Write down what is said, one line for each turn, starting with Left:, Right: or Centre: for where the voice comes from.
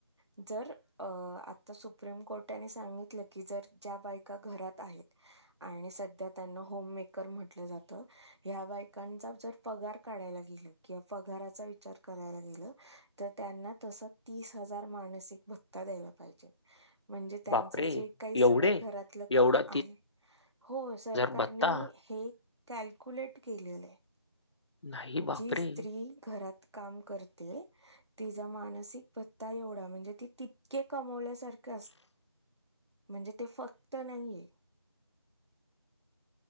Right: जर अ आता सुप्रीम कोर्टाने सांगितलं की जर ज्या बायका घरात आहेत आणि आणि सध्या त्यांना होम मेकर म्हटलं जात ह्या बायकांचा जर पगार काढायला गेल. किंवा पगाराचा विचार करायला गेलं तर त्यांना तस तीस हजार मानसिक भत्ता द्यायला पाहिजे. म्हणजे त्यांचं
Left: बापरे!
Right: जे काही सगळं
Left: एवढे?
Right: घरातलं
Left: एवढा
Right: काम आहे, हो सरकारनी
Left: भत्ता?
Right: हे कॅल्कुलेट केलेलं आहे.
Left: नाही बापरे!
Right: जी स्त्री घरात काम करते तिचा मानसिक भत्ता एवढा म्हणजे ते कमावल्यासारख म्हणजे ते फक्त नाहीये.